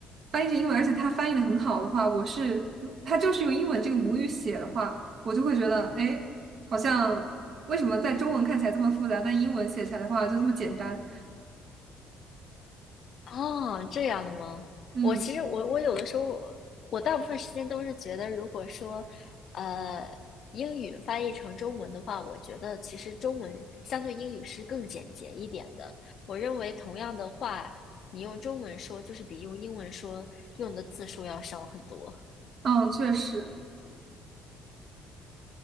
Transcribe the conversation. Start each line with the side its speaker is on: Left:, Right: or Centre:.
Right: 翻译成英文，而且它翻译的很好的话，我是，它就是用英文这个母语写的话，我就会觉得，诶，好像为什么在中文看起来这么复杂，但英文写起来的话就这么简单？
Left: 哦，这样的吗？
Right: 嗯，
Left: 我其实我我有的时候我我大部分时间都是觉得，如果说呃英语翻译成中文的话，我觉得其实中文相对英语是更简洁一点的。我认为同样的话，你用中文说就是比用英文说用的字数要少很多。
Right: 嗯，确实。